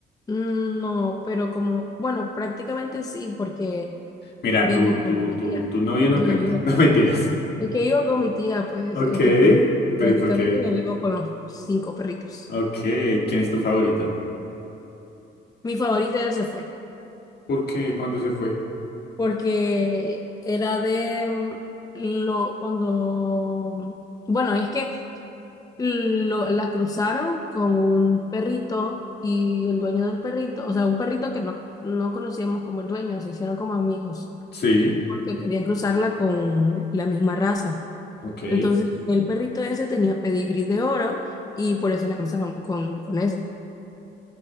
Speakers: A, on the left; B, on the left.
A: Mm, No, pero como, bueno, prácticamente sí, porque
B: Mira,
A: vivo
B: tu,
A: con
B: tu,
A: mi
B: tu,
A: tía.
B: tu novio no
A: O sea,
B: cuenta.
A: vivo,
B: <laughs> No mentiras.
A: es que vivo con mi tía, pues,
B: Ok.
A: entonces
B: Pero
A: prácticamente
B: ¿y por qué?
A: yo vivo con los cinco perritos.
B: Ok. ¿Quién es tu favorito?
A: Mi favorita ya se fue,
B: ¿Por qué? ¿Para dónde se fue?
A: porque era de mm, lo, cuando, mm, bueno, es que lo, la cruzaron con un perrito y el dueño del perrito, o sea, un perrito que no, no conocíamos como el dueño, se hicieron como amigos.
B: Sí.
A: porque querían cruzarla con la misma raza.
B: Ok.
A: Entonces, el perrito ese tenía pedigrí de oro y por eso la cruzaron con, con ese.